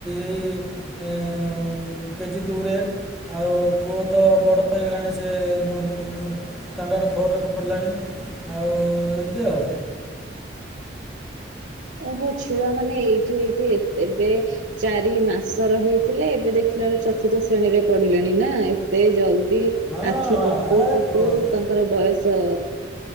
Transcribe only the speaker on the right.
ଓହୋ! ଛୁଆ ମାନେ ଏଇଠି ଏଇଠି ଏତେ ଏବେ ଚାରି ମାସର ହେଇଥିଲେ, ଏବେ ଦେଖିଲା ବେଳକୁ ଚତୁର୍ଥ ଶ୍ରେଣୀରେ ପଡିଲେଣି ନା ଏତେ ଜଲ୍ଦି
ଆଖି
ପକଉ
ପକଉ
ତାଙ୍କର ବୟସ